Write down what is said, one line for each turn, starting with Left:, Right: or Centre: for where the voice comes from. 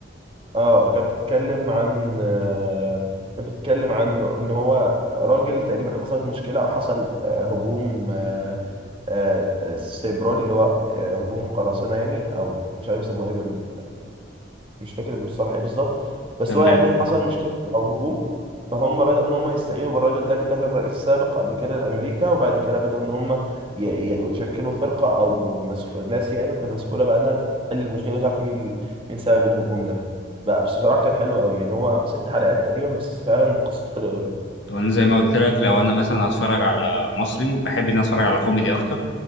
Right: اه كانت بتتكلم عن أه كانت بتتكلم عن ان هو راجل تقريبا حصلت مشكلة او حصل أه هجوم أه أه آه، سيبراني اللي هو أه هجوم قراصنة يعني او مش عارف يسموه ايه بال... مش فاكر المصطلح ايه بالظبط بس
Left: تمام
Right: هو يعني حصل مشكله او هجوم فهم بدأوا ان هم يستعينوا بالراجل ده ده كان رئيس سابق قبل كده لامريكا وبعد كده بدأوا ان هم ي- ي- يشكلوا فرقه او مسؤول ناس يعني مسؤوله بقى انها تحل المشكله دي وتعرف مين مين سبب الهجوم ده لا بس بصراحه كان حلو قوي يعني هو ست حلقات تقريبا بس فعلا قصته حلوه قوي
Left: لو انا زي ما قلت لك لو انا مثلا هتفرج على مصري بحب ان أنا اتفرج على كوميدي اكتر